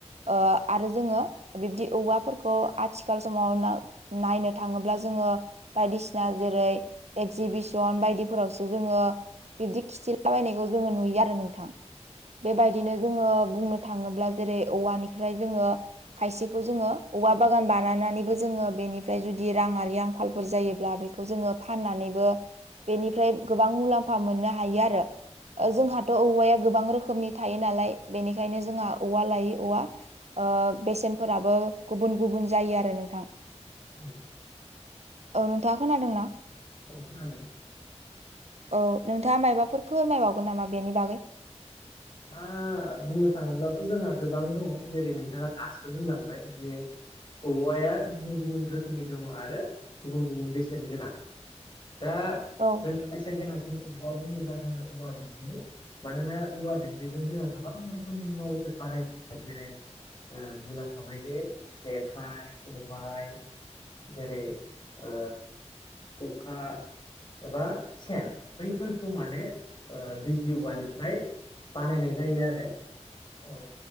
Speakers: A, on the right; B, on the left.
A: ओ आरो जोङो बिब्दि औवाफोरखौ आथिखाल समाव नायनो थाङोब्ला जोङो बायदिसिना जेरै एगजिबिसन बायदिफोरावसो जोङो बिदि खिथिलाबायनायखौ जोङो नुयो आरो नोंथां। बेबायदिनो जोङो बुंनो थाङोब्ला जेरै औवानिफ्राय जोङो खायसेखौ जोङो औवा बागान बानायनानैबो जोङो बेनिफ्राय जुदि राङारि आंखालफोर जायोब्ला बे बेखौ जोङो फाननानैबो बेनिफ्राय गोबां मुलाम्फा मोननो हायो आरो। जोंहाथ औवाया गोबां रोखोमनि थायो नालाय बेनिखायनो जोंहा औवा लायै औवा ओ बेसेनफोराबो गुबुन गुबुन जायो आरो नोंथां।
B: औ
A: ओ नोंथाङा खोनादों ना?
B: औ खोनादों।
A: औ नोंथाङा मायबाफोर फोरमायबावगोन नामा बेनि बागै?
B: दा बुंनो थाङोब्लाथ जोंहा गोबां दङ जेरै नोंथाङा दासो बुंलांबाय जे औवाया गुबुन गुबुन रोखोमनि दङ आरो गुबुन गुबुन बेसेन गोनां। दा
A: औ
B: जों बेसेन गोनांसिनि औवा बुङोब्ला जोङो औवा बिजलि मानोना औवा बिज लिजों जोंहा गोबां रोखोमनि मुवा बेसाद बानायनाय जायो जेरै बुंलांखाबाय जे जेखाइ खबाय जेरै ओ खुखा एबा सेन बैफोरखौ माने बिजलि औवानिफ्राय बानायनाय जायो आरो ओ